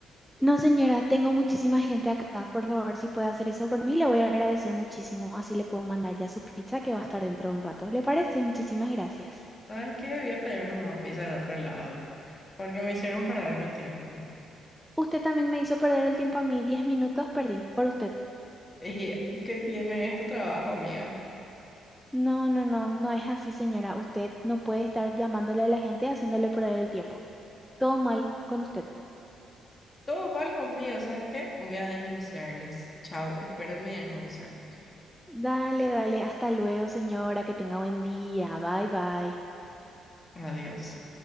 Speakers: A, in the centre; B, on the left.
A: No, señora, tengo muchísima gente acá. Por favor, si puede hacer eso por mí, le voy a agradecer muchísimo. Así le puedo mandar ya su pizza que va a estar dentro de un rato. ¿Le parece? Muchísimas gracias.
B: ¿Sabes qué? Voy a pedir nomás pizza en otro lado. Porque me hicieron perder mi tiempo.
A: Usted también me hizo perder el tiempo a mí. Diez minutos perdí por usted.
B: Y ¿qué tiene este trabajo, amiga?
A: No, no, no, no es así, señora. Usted no puede estar llamándole a la gente y haciéndole perder el tiempo. Todo mal con usted.
B: Todo mal conmigo, ¿sabes qué? Voy a denunciarles. Chau, esperen mi denuncia.
A: Dale, dale. Hasta luego, señora. Que tenga buen día. Bye, bye.
B: Adiós.